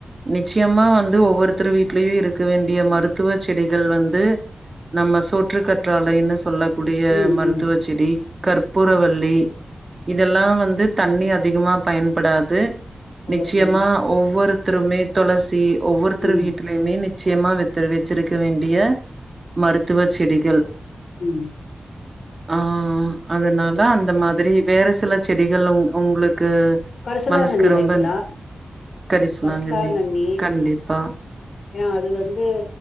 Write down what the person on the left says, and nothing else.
ம்
ம்
துளசி
ம்
உம்
கரிசலாங்கண்ணி
வைக்கலா
கரிசலாங்கண்ணி
ஏனா அது வந்து